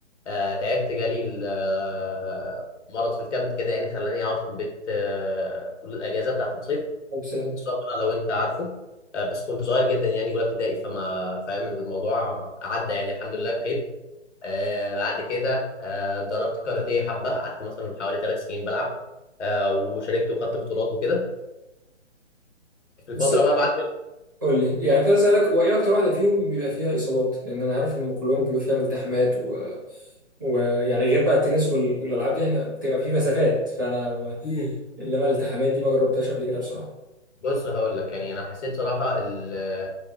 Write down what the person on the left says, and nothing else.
آه تعبت جالي ال- آه، مرض في الكبد كده يعني خلاني اقعد في البيت آه طول الاجازه بتاعت الصيف
الصبر لو انت عارفه آه بس كنت صغير جدا يعني اولى ابتدائي فما فاهم الموضوع عدى يعني الحمد لله بخير آه بعد كده آه ضربت كاراتيه حبة قعدت مثلا حوالي ثلاث سنين بلعب آه وشاركت وخدت بطولات وكده في الفترة
بقى بعد
مم.
بص هقول لك يعني انا حسيت صراحة ال-